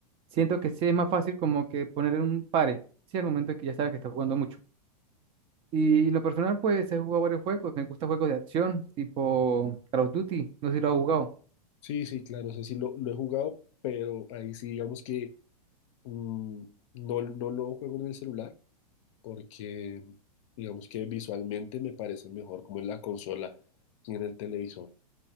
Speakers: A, on the right (about 30°); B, on the left (about 50°).
A: Siento que sí es más fácil como que poner en un pare, sí, al momento que ya sabes que estás jugando mucho. Y en lo personal, pues he jugado varios juegos. Me gustan juegos de acción, tipo Call of Duty. No sé si lo has jugado.
B: Sí, sí, claro, o sea, sí lo, lo he jugado, pero ahí sí digamos que mm, no, no lo juego en el celular porque digamos que visualmente me parece mejor como en la consola y en el televisor.